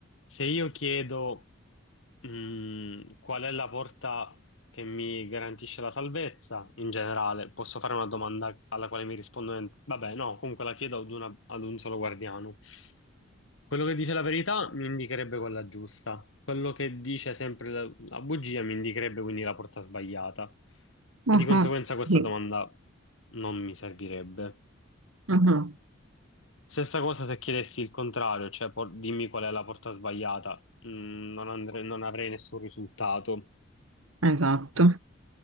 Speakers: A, on the left; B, on the right.
A: Se io chiedo, mh, qual è la porta che mi garantisce la salvezza, in generale, posso fare una domanda alla quale mi rispondono, vabbè, no, comunque la chiedo ad una- ad un solo guardiano. Quello che dice la verità mi indicherebbe quella giusta, quello che dice sempre la, la bugia mi indicherebbe quindi la porta sbagliata.
B: Mhm,
A: E di conseguenza questa
B: sì.
A: domanda non mi servirebbe.
B: Mhm,
A: Stessa cosa se chiedessi il contrario, cioè por- dimmi qual è la porta sbagliata, Mm, non andre- non avrei nessun risultato.
B: Esatto.